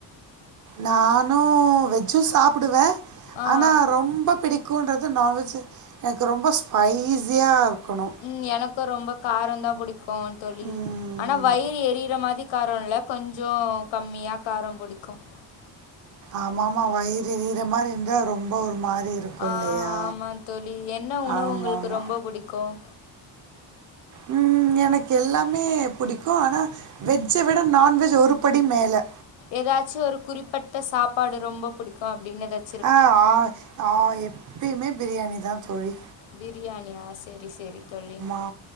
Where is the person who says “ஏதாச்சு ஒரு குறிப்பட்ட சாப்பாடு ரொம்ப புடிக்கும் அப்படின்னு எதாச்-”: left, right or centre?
Left